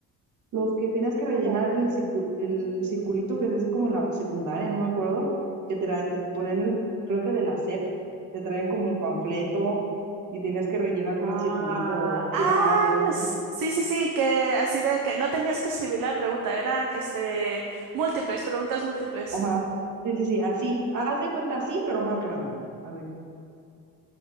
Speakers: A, on the right; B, on the right.
A: Los que tenías que rellenar
B: ¿Cómo?
A: el, circu- el circulito que es así como la secundaria, no me acuerdo, que te, tra- te ponían el, creo que de la SEP, te traían como el panfleto y tenías que rellenar con
B: Ah,
A: el circulito,
B: ah,
A: si era A, B, o
B: s-
A: C.
B: sí, sí, sí, que así de que no tenías que escribir la pregunta, eran este múltiples, preguntas múltiples.
A: Ajá. Sí, sí, sí, así. Ha- Haz de cuenta así, pero más grande. Así.